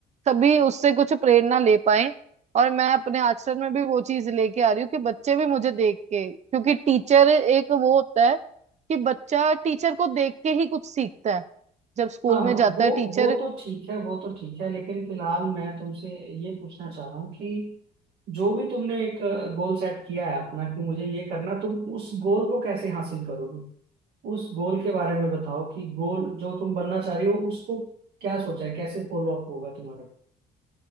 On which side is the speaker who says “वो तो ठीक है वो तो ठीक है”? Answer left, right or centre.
Right